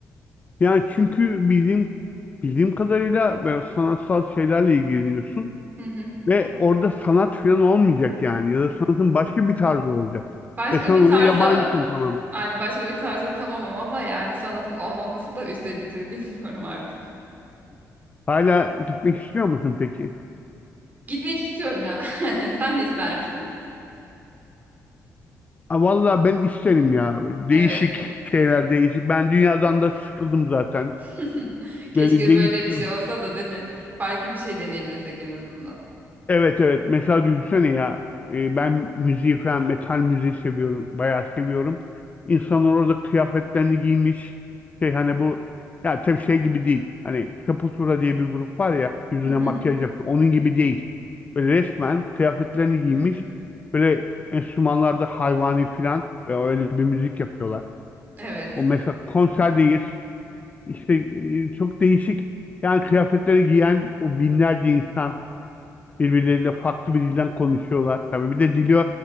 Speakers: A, on the left; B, on the right.
A: Yani çünkü bildiğim bildiğim kadarıyla böyle sanatsal şeylerle ilgileniyorsun.
B: Hı hı.
A: Ve orada sanat falan olmayacak yani. Ya da sanatın başka bir tarzı olacak.
B: Başka
A: Ve sen
B: bir
A: ona
B: tarza,
A: yabancısın tamamen.
B: aynı başka bir tarza tamamım ama yani sanatın olmaması da üzebilir <laughs> bilmiyorum artık.
A: Hala gitmek istiyor musun peki?
B: Gitmek istiyorum ya. <laughs> Sen ister misin?
A: Ha, Vallahi ben isterim ya. Değişik
B: Evet.
A: şeyler değişik. Ben dünyadan da sıkıldım zaten.
B: <laughs> Keşke
A: Böyle değişsin.
B: böyle bir şey olsa da değil mi? Farklı bir şey deneyimlesek en azından.
A: Evet evet. Mesela düşünsene ya e, ben müziği falan metal müziği seviyorum. Bayağı seviyorum. İnsanlar orada kıyafetlerini giymiş. Şey hani bu ya tabii şey gibi değil. Hani Sepultura diye bir grup var ya yüzüne
B: <laughs> Hı hı.
A: makyaj yapıyor. Onun gibi değil. Böyle resmen kıyafetlerini giymiş.
B: <clears throat>
A: Böyle enstrümanlarda hayvani falan ve öyle bir müzik yapıyorlar.
B: Evet.
A: O mesela konserdeyiz. İşte e, çok değişik. Yani kıyafetleri giyen o binlerce insan Birbirleriyle farklı bir dilden konuşuyorlar. Tabii bir de dili